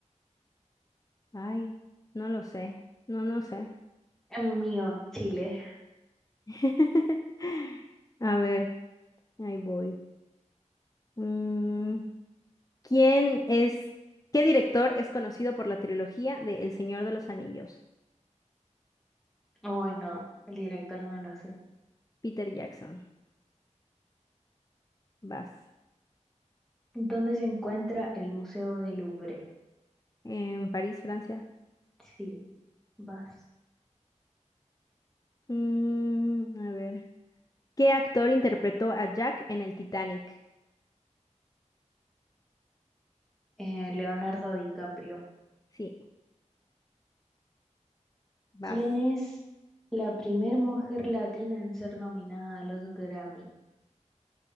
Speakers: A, on the left (about 30°); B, in the centre.
A: Ay, no lo sé. No, no sé.
B: El mío, Chile.
A: <laughs> A ver, ahí voy. Mm, ¿quién es, qué director es conocido por la trilogía de El Señor de los Anillos?
B: O bueno, el director no lo sé.
A: Peter Jackson. Vas.
B: ¿Dónde se encuentra el Museo del Louvre?
A: En París, Francia.
B: Sí, vas.
A: Mm, a ver. ¿Qué actor interpretó a Jack en el Titanic?
B: Eh, Leonardo DiCaprio.
A: Sí, vas.
B: ¿Quién es la primer mujer latina en ser nominada a los Grammy?